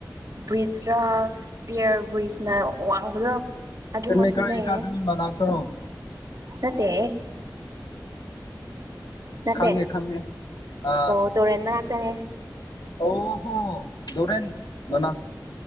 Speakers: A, on the right (about 50°); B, on the left (about 75°).
A: ꯕ꯭ꯔꯤꯖꯔ ꯄꯤꯌꯔ ꯕ꯭ꯔꯤꯖꯅ ꯋꯥꯡꯕꯗꯣ ꯑꯗꯨ
B: ꯃꯤ
A: ꯃꯐꯝꯗꯒꯤꯅꯦ
B: ꯏꯈ ꯑꯦꯀꯥꯗꯃꯤ ꯃꯅꯥꯧꯣ
A: ꯅꯠꯇꯦ ꯅꯠꯇꯦ
B: ꯈꯪꯉꯦ ꯈꯪꯉꯦ ꯑ
A: ꯑꯣ ꯇꯨꯔꯦꯟ ꯃꯅꯥꯛꯇꯅꯦ
B: ꯑꯣ ꯍꯣ ꯗꯣꯔꯦꯟ ꯃꯅꯥ